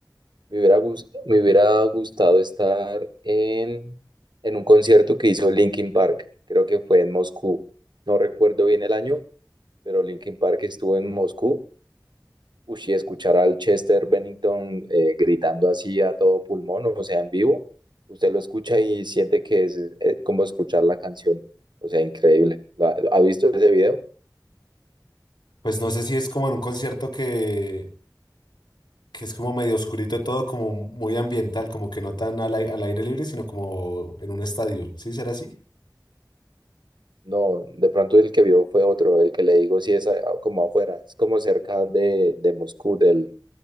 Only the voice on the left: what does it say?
Pues no sé si es como en un concierto que que es como medio oscurito todo, como muy ambiental, como que no tan al, ai- al aire libre, sino como en un estadio. ¿Sí será así?